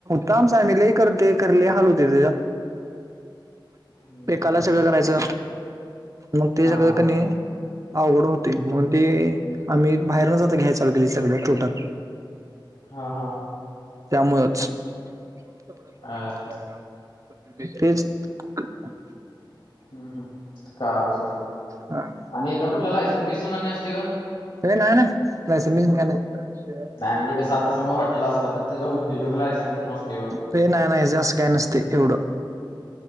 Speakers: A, on the right; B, on the left.
A: का आमचामला करते करले <inaudible> हलवत ते
B: हम्म, हम्म,
A: एकाला सगळं
B: हम्म.
A: करायचं मगं ते
B: हा
A: सगळं
B: हा
A: कणी. आवडं होते म्हणून ते आम्ही बाहेरन जात घ्याय सगळ्या टोटल.
B: हा हा
A: त्यामुळेच. <inaudible>
B: अर, हम्म हम् कालसर.
A: हे
B: आणि कुठला लायसेनस बिसन आणि असते गं
A: हे नाही नाही लायसन बेसन काही नाही
B: नाही म्हणजे कसं आता सम हॉटल असला तर त्या उद्योजक लायसन. असते बघ
A: ते नाय ना असं काय नसते एवढं.